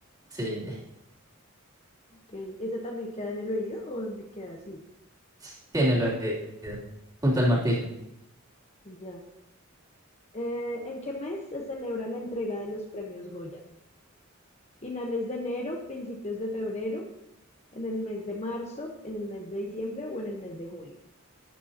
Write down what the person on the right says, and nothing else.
Sí.
Sí, en el oído, junto al martillo.